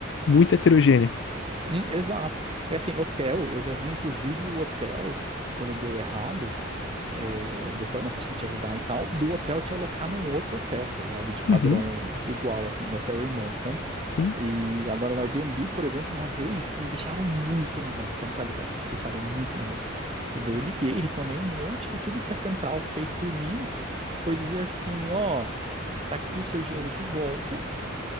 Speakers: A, on the left (about 60°); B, on the right (about 30°).
A: muito heterogênea.
B: Hum, exato. E assim, hotel, eu já vi inclusive o hotel, quando deu errado, é, do hotel não conseguir te ajudar e tal, do hotel te alocar num outro hotel, tá ligado? De padrão
A: Uhum,
B: igual, assim, um hotel irmão, sabe?
A: sim,
B: E agora no Airbnb, por exemplo, uma vez me deixaram muito na mão, você não tá ligado? Me deixaram muito na mão. E daí eu liguei, reclamei um monte, e tudo que a Central fez por mim foi dizer assim: ó, tá aqui o seu dinheiro de volta.